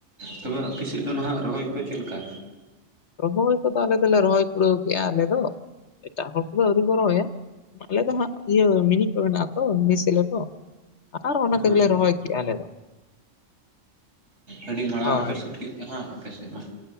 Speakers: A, on the right; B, on the left.
A: ᱛᱚᱵᱮ ᱟᱯᱮ ᱥᱮᱫ ᱫᱚ ᱱᱟᱦᱟᱜ ᱨᱚᱦᱚᱭ ᱠᱚᱫᱚ ᱪᱮᱫ ᱞᱮᱠᱟ?
B: ᱨᱚᱦᱚᱭ ᱠᱚᱫᱚ ᱟᱞᱮ ᱫᱚᱞᱮ ᱨᱚᱦᱚᱭ ᱯᱲᱟᱹᱣ ᱠᱮᱜᱼᱟ ᱟᱞᱮ ᱫᱚ᱾ ᱮᱴᱟᱜ ᱦᱚᱲ ᱠᱚᱫᱚ ᱟᱹᱣᱨᱤ ᱠᱚ ᱨᱚᱦᱚᱭᱟ ᱟᱞᱮ ᱫᱚ ᱦᱟᱸᱜ ᱤᱭᱟᱹ ᱢᱤᱱᱤ ᱠᱚ ᱢᱮᱱᱟᱜᱼᱟ ᱛᱚ ᱥᱮᱞᱳ ᱠᱚ ᱟᱨ ᱚᱱᱟ
A: ᱦᱳᱭ
B: ᱛᱮᱜᱮᱞᱮ ᱨᱚᱦᱚᱭ ᱠᱮᱫᱼᱟ ᱟᱞᱮ ᱫᱚ
A: ᱟᱹᱰᱤ ᱢᱟᱲᱟᱝ
B: ᱦᱳᱭ
A: ᱨᱮᱯᱮ ᱥᱟ. ᱛ ᱠᱮᱫ ᱠᱟᱱᱟ ᱟᱯᱮ ᱥᱮᱫ ᱢᱟ᱾